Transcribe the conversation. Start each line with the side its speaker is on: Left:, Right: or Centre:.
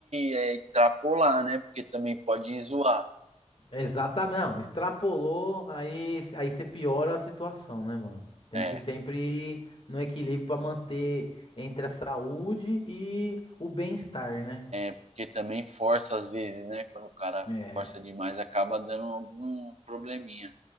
Right: é, extrapolar, né? Porque também pode zoar.
Left: Exatamente, não, extrapolou, aí, aí você piora a situação, né, mano? Tem
Right: É,
Left: que sempre ir no equilíbrio pra manter entre a saúde e o bem-estar, né?
Right: Porque também força às vezes, né? Quando o cara
Left: É,
Right: força demais, acaba dando algum probleminha.